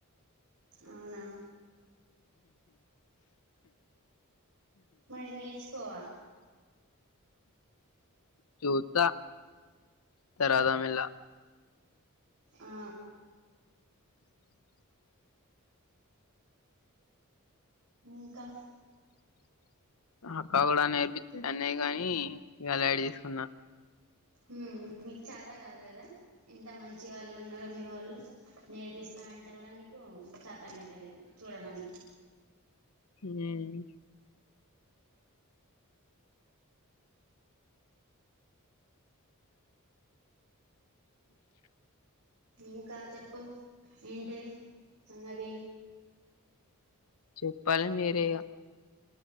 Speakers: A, on the right; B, on the left.
A: అవునా అది నేర్చుకోవ
B: చూత్త తరాద మెల్ల
A: ఆ ఇంకా
B: అక్క కూడా నేర్పిత్తన్నయ్ గని ఇగ లైట్ తీసుకున్నా
A: ఉమ్మ్ మీకు చాత కాదు కదా ఇంత మంచి వాళ్ళున్నరు మీ వొళ్ళు నేర్పిస్తా అంటె కూడా నీకు చాతనయిత లేదు చూడడానికి
B: హ్మ్మ్
A: ఇంకా చెప్పు ఏంటిది సంగతి
B: చెప్పాల మీరే గా